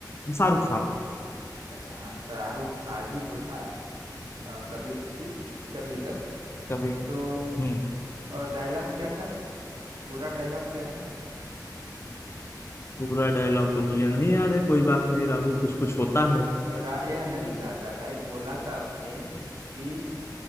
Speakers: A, on the left; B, on the right.
A: शाहरुख खान
B: अच्छा हाँ शाहरुख खान ही तो था अ, कभी खुशी कभी गम में
A: कभी
B: तो
A: हम्म
B: और डायलॉग क्या था पूरा डायलॉग क्या था
A: पूरा डायलॉग तो भैया नहीं याद है कोई बात नहीं राहुल कुछ कुछ होता है
B: अ, रा, यह नहीं कहा था भाई बोला था उसने कि